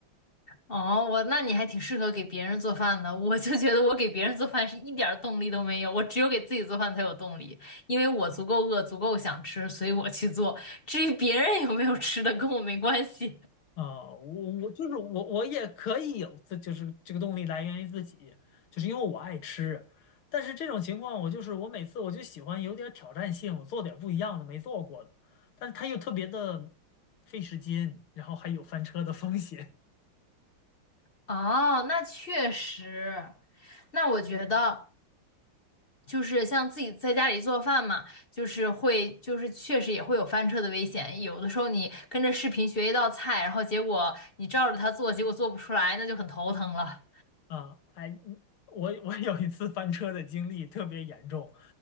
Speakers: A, on the left; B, on the left.
A: 哦，我那你还挺适合给别人做饭的。我就觉得我给别人做饭是一点儿动力都没有，我只有给自己做饭才有动力，因为我足够饿，足够想吃，所以我去做。至于别人有没有吃的，跟我没关系。
B: 啊，我我就是我，我也可以有自，就是这个动力来源于自己，就是因为我爱吃。但是这种情况，我就是我每次我就喜欢有点挑战性，我做点不一样的，没做过的。但是它又特别的费时间，然后还有翻车的风险。
A: <laughs> 哦，那确实，那我觉得就是像自己在家里做饭嘛，就是会，就是确实也会有翻车的危险。有的时候你跟着视频学一道菜，然后结果你照着它做，结果做不出来，那就很头疼了。
B: 啊，哎，我我有一次翻车的经历特别严重，